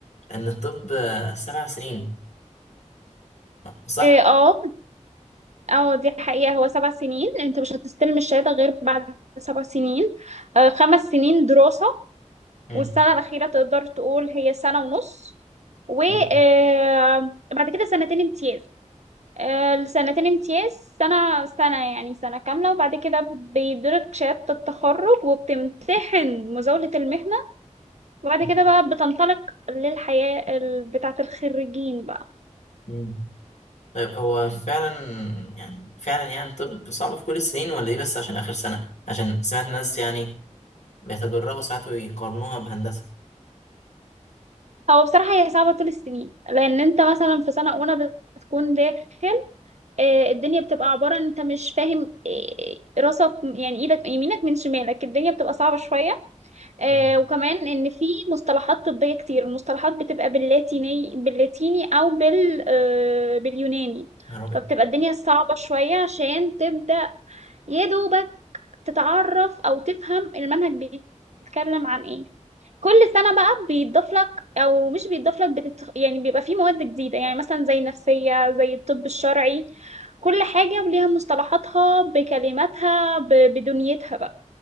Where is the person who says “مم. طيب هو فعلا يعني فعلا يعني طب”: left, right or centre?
Left